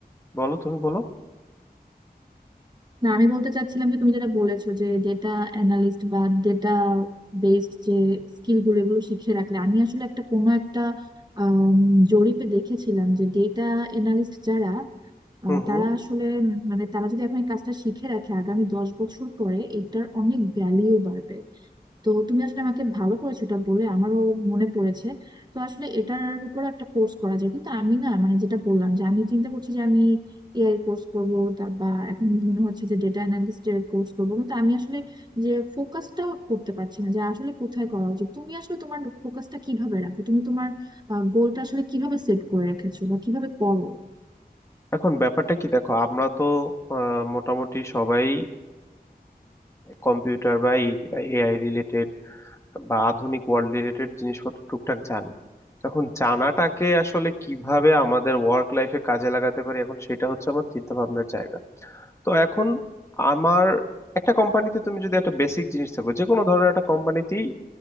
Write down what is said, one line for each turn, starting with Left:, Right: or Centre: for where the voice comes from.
Left: বলো তুমি বলো
Right: না আমি বলতে চাচ্ছিলাম যে তুমি যেটা বলেছো যে ডেটা অ্যানালিস্ট বা ডেটা বেসড যে স্কিল গুলো এগুলো শিখে রাখলে আমি আসলে একটা কোনো একটা আম, জরিপে দেখেছিলাম যে ডেটা অ্যানালিস্ট যারা আহ,
Left: হুম হুম
Right: তারা আসলে উম মানে তারা যদি এখন এই কাজটা শিখে রাখে আগামী দশ বছর পরে এটার অনেক ভ্যালিউ বাড়বে তো তুমি আসলে আমাকে ভালো করেছো এটা বলে আমারও মনে পড়েছে তো আসলে এটার উপর একটা কোর্স করা যায় কিন্তু আমি না মানে যেটা বললাম যে আমি চিন্তা করছি যে আমি এআই কোর্স করব তা বা এখন মনে হচ্ছে যে ডেটা অ্যানালিস্ট এর কোর্স করবো কিন্তু আমি আসলে যে ফোকাসটা করতে পারছি না যে আসলে কোথায় করা উচিত তুমি আসলে তোমার ফোকাসটা কিভাবে রাখো তুমি তোমার গোলটা আসলে কিভাবে সেট করে রেখেছো বা কিভাবে করো
Left: এখন ব্যাপারটা কি দেখো আমরা তো আহ, মোটামুটি সবাই কম্পিউটার বা এআই রিলেটেড বা আধুনিক ওয়ার্ল্ড রিলেটেড জিনিসপত্র টুকটাক জানি তখন জানাটাকে আসলে কিভাবে আমাদের ওয়ার্ক লাইফে কাজে লাগাতে পারি এখন সেটা হচ্ছে আমার চিন্তা ভাবনার জায়গা তো এখন আমার একটা কোম্পানিতে তুমি যদি একটা বেসিক জিনিস থাকো যে কোনো ধরনের একটা কোম্পানিতেই